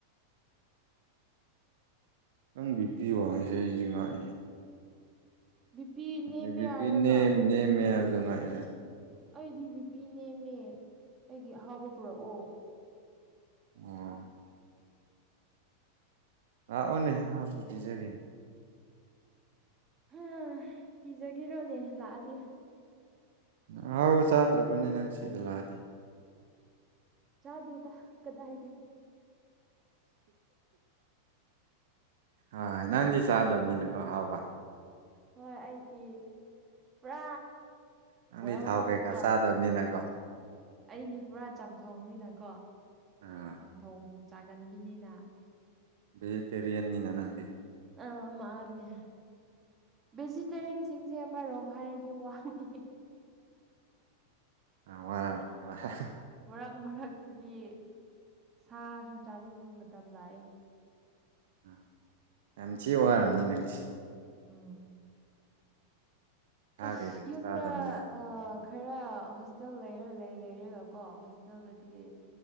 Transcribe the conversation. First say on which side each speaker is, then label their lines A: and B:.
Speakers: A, on the right; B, on the right.
A: ꯅꯪ ꯕꯤ ꯄꯤ ꯋꯥꯡꯉꯤꯁꯦ ꯑꯩꯁꯤ ꯉꯥꯛꯏꯉꯦ
B: ꯕꯤ ꯄꯤ ꯅꯦꯝꯃꯦ
A: ꯑꯕꯤꯄꯤ
B: ꯍꯥꯏꯔꯒ
A: ꯅꯦꯝ ꯅꯦꯝ ꯍꯥꯏꯕꯗꯣ ꯉꯛꯑꯦ꯫
B: ꯑꯩꯗꯤ ꯕꯤꯄꯤ ꯅꯦꯝꯃꯦ ꯑꯩꯒꯤ ꯑꯍꯥꯎꯕ ꯄꯨꯔꯛꯑꯣ
A: ꯑꯣ ꯑ ꯑꯣꯅꯦ ꯍ ꯀꯣꯄꯤꯤꯖꯒꯅꯤ
B: ꯍꯥ ꯄꯤꯖꯒꯤꯔꯣꯅꯦ ꯂꯥꯛꯑꯗꯤ
A: ꯑꯍꯥꯎꯕ ꯆꯥꯗ꯭ꯔꯕꯅꯦ ꯅꯪ ꯁꯤꯗ ꯂꯥꯛꯑꯗꯤ
B: ꯆꯥꯗꯦꯗ ꯀꯗꯥꯏꯗꯣꯏ
A: ꯑ ꯅꯪꯗꯤ ꯆꯥꯗꯕꯅꯤꯅꯒꯣ ꯍꯥꯎꯕ
B: ꯍꯣꯏ ꯑꯩꯗꯤ ꯄꯨꯔꯥ
A: ꯅꯪꯗꯤ
B: ꯕꯣꯏꯜꯅꯦꯅꯀꯣ
A: ꯊꯥꯎ ꯀꯩꯀꯥ ꯆꯥꯗꯕꯅꯤꯅ ꯀꯣ
B: ꯑꯩꯗꯤ ꯄꯨꯔꯥ ꯆꯥꯝꯊꯣꯡꯅꯤꯅꯀꯣ
A: <inaudible>
B: ꯆꯥꯝꯊꯣꯡ ꯆꯥꯒꯟꯕꯤꯅꯤꯅ
A: ꯚꯦꯖꯤꯇꯦꯔꯤꯌꯥꯟꯅꯤꯅ ꯅꯪꯗꯤ
B: ꯑ ꯃꯥꯟꯅꯦ ꯚꯦꯖꯤꯇꯦꯔꯤꯌꯟꯁꯤꯡꯁꯦ ꯑꯃꯔꯣꯝ ꯍꯥꯏꯔꯗꯤ ꯋꯥ <unintelligible>
A: ꯑ ꯋꯥꯔꯝ <unintelligible>
B: ꯃꯔꯛ ꯃꯔꯛꯇꯗꯤ ꯁꯥꯁꯨ ꯆꯥꯅꯤꯡꯕ ꯃꯇꯝ ꯂꯥꯛꯑꯦ
A: ꯑꯥ ꯌꯥꯝ ꯊꯤ ꯋꯥꯔꯕꯅꯤ ꯅꯪ
B: <unintelligible>
A: ꯁꯥ
B: ꯑꯁ
A: ꯀꯩꯀꯥ
B: ꯌꯨꯝꯗ
A: ꯆꯥꯗꯕꯅꯤꯅ
B: ꯑꯥ ꯈꯔ ꯍꯣꯁꯇꯦꯜ ꯂꯩꯔ ꯂꯩ ꯂꯩꯔꯦꯒꯀꯣ ꯍꯣꯁꯇꯦꯜꯗꯗꯤ